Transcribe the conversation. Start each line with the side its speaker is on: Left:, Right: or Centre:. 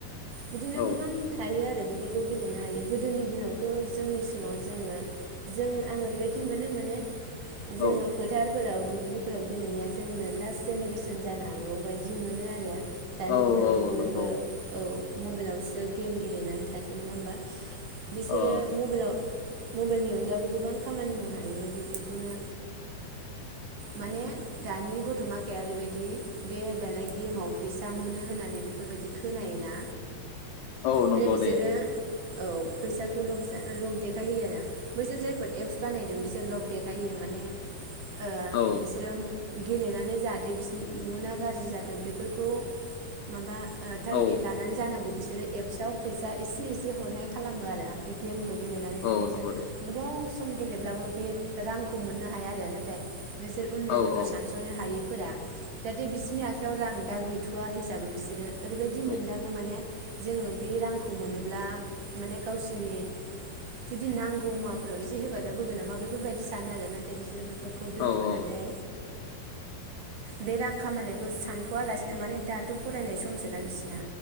Right: बिदिनो
Left: औ
Right: गोबां थायो आरो बेफोरखौ गेलेनो हायो गोदोनि दिनावथ' जोंनि समाव जोङो जों आं ओरैबायदि मोनो माने
Left: औ
Right: जोङो फोथारफोराव दुब्लिफोराव गेलेनाया जोंनो लास्ट जेनेरेसन जानो हागौ बायदि मोनो आरो। दानि
Left: औ
Right: दिनावथ'
Left: औ
Right: बयबो
Left: नंगौ
Right: औ। मबाइलावसो गेम गेलेनानै थासै नङा होमबा? बिसोरो
Left: ओ
Right: मबाइलाव मबाइलनि अनगाबो गोबां खामानि मावनो हायो बे बेफोरखौनो माने दानि गथ' माखाया ओरैबायदि बे दालाय गेमाव फैसा मोनो होननानै बेफोरबायदि खोनायोना
Left: औ नंगौ
Right: माने बिसोरो
Left: दे।
Right: औ फैसाखौ ल-लब देखायहयो आरो बैसोर जायफोर एप्स बानायदों बिसोर लब देख खायो माने ओ
Left: औ
Right: बिसोरो गेलेनानै जाहाथे बिसोरनि इयुना गाज्रि जाथों बेफोर खौ माबा टारगेट
Left: औ
Right: लानानै जानांगौ बिसोर जेरै एपसआव फैसा एसे एसे हरनाय खालामो आरो बे गेम गेलेनानै
Left: औ
Right: नाथाय
Left: नंगौ
Right: जों
Left: दे
Right: गोबाव स सम गेलेब्लाबो बे रांखौ मोननो हाया आरो नाथाय बिसोर उन्दै
Left: औ
Right: गथ'
Left: औ
Right: सानस'नो हायि फोरा जाहाथे बिसोरनि आखाइयाव रां दा गैथ'वा हिसाबै बिसोरो ओरैबायदि
Left: औ
Right: मोनदां माने जोङो बे रांखौ मोनोब्ला माने गावसिोरनि जुदि नांगौ मुवाफोराव एसे हेफाजाब होगोन नामा बेफोरबायदि सा सानो आरो नाथाय बिसोरो बेफोरखौ दोन्थ'नानै
Left: औ औ
Right: बे रां खामायानिखौ सानथ'वलासिनो माने दाथ' फरायनाय समसोना बिसिना